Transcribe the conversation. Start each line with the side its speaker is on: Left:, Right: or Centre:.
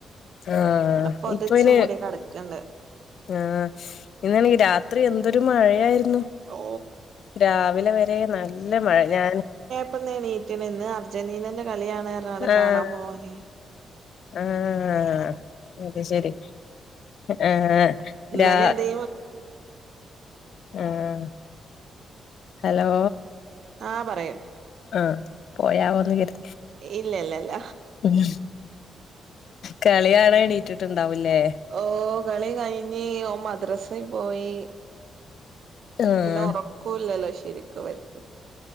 Left: ആഹ്
Right: അവിടെ പൊതച്ചു
Left: ഇപ്പൊ അയിന്
Right: മൂടി കടക്കണ്ട്
Left: ആഹ് ഇന്നാണെങ്കിൽ രാത്രി എന്തൊരു മഴയായിരുന്നു
Right: ഓ
Left: രാവിലെ വരെ നല്ല മഴ ഞാൻ
Right: ഇപ്പം നേണീറ്റിണ് ഇന്ന് അർജന്റീനന്റെ കളിയാണ് പറഞ്ഞ് ങ്ങണ്ട്
Left: ആഹ്
Right: കാണാൻ പോകാനെ
Left: ആഹ് അത് ശരി ആ
Right: ഇന്നലെ
Left: രാ
Right: അതേ
Left: ആഹ് ഹലോ
Right: ആഹ് പറയൂ
Left: ആഹ് പോയാവൊന്ന് കരുതി
Right: ഇല്ല ഇല്ല ഇല്ല
Left: ഉം കളി കാണാൻ എണീറ്റിട്ടുണ്ടാവല്ലേ
Right: ഓ കളി കഴിഞ്ഞ ഓൻ മദ്രാസെ പോയി
Left: ആഹ്
Right: പിന്നെ ഉറക്കവുംല്ലല്ലോ ശരിക്കും ഇവർക്ക്